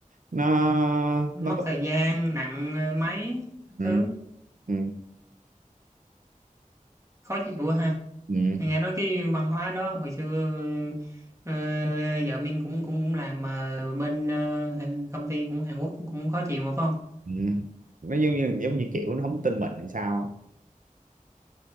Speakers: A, on the right; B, on the right.
A: nó
B: mất
A: nó tập-
B: thời gian nặng ờ, mấy các
A: ừ.
B: thứ
A: Ừ.
B: khó chịu quá ha
A: Ừ.
B: nghe nói cái văn hóa đó hồi xưa ờ, vợ mình cũng cũng cũng làm mà bên ờ, công ty cũng Hàn Quốc cũng khó chịu mà phải không
A: ừ. nó giống như giống như kiểu nó không tin mình làm sao